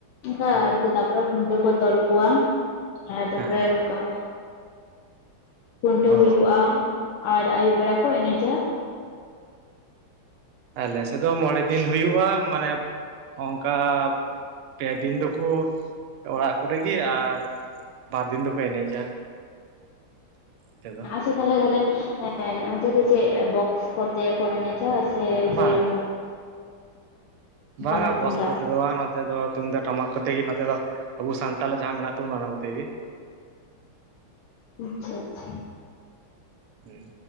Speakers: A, on the left (about 80°); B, on the right (about 80°).
A: ᱚᱱᱠᱟ
B: ᱛᱟᱦᱞᱮ
A: ᱟᱨᱠᱤ ᱛᱟᱯᱚᱨᱮ ᱠᱷᱩᱱᱴᱟᱹᱣ ᱠᱚ ᱛᱚᱞ ᱠᱚᱣᱟ᱾ ᱟᱨ ᱛᱟᱨᱯᱚᱨᱮ
B: ᱦᱮᱸ
A: ᱚᱱᱠᱟ ᱠᱷᱩᱱᱴᱟᱹᱣ
B: ᱚ
A: ᱦᱩᱭᱩᱜ-ᱟ ᱟᱨ ᱟᱹᱭᱩᱵ ᱵᱮᱲᱟ ᱠᱚ ᱮᱱᱮᱡᱟ᱾
B: ᱟᱞᱮ ᱥᱮᱫ ᱫᱚ ᱢᱚᱬᱮ ᱫᱤᱱ ᱦᱩᱭᱩᱜ-ᱟ᱾ ᱢᱟᱱᱮ ᱚᱱᱠᱟ ᱯᱮ ᱫᱤᱱ ᱫᱚᱠᱚ ᱚᱲᱟᱜ ᱠᱚᱨᱮᱜᱮ ᱟᱨ ᱵᱟᱨ ᱫᱤᱱ ᱫᱚᱠᱚ ᱮᱱᱮᱡᱟ᱾ ᱛᱮ ᱫᱚ
A: ᱛᱟᱞᱦᱮ ᱛᱟᱞᱮ ᱚᱱᱛᱮ ᱫᱚ ᱪᱮᱫ ᱵᱚᱠᱥ ᱠᱚᱛᱮ ᱠᱚ ᱮᱱᱮᱡᱟ ᱥᱮ ᱡᱮ
B: ᱵᱟᱝ ᱵᱟᱝ-ᱟ
A: ᱴᱟᱢᱟᱠ
B: ᱵᱚᱥ
A: ᱛᱩᱢᱫᱟᱜ
B: ᱠᱚ ᱛᱮᱫᱚ ᱵᱟᱝ ᱱᱚᱛᱮ ᱫᱚ ᱛᱩᱢᱫᱟᱜ ᱴᱟᱢᱟᱠ ᱠᱚᱛᱮ ᱜᱮ ᱱᱚᱛᱮ ᱫᱚ ᱟᱵᱚ ᱥᱟᱱᱛᱟᱞ ᱡᱟᱦᱟᱸ ᱢᱮᱱᱟᱜ ᱛᱟᱵᱚᱱᱟ ᱚᱱᱟ ᱠᱚᱛᱮ ᱜᱮ
A: ᱟᱪᱪᱷᱟ ᱟᱪᱪᱷᱟ
B: ᱦᱩᱸ